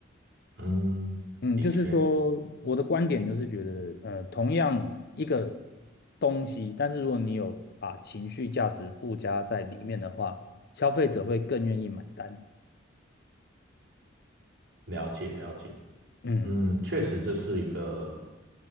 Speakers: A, on the right; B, on the left.
A: 嗯，
B: 嗯，
A: 的确
B: 就是说，我的观点就是觉得，呃，同样一个东西，但是如果你有把情绪价值附加在里面的话，消费者会更愿意买单。
A: 了解了解，
B: 嗯，
A: 嗯，确实这是一个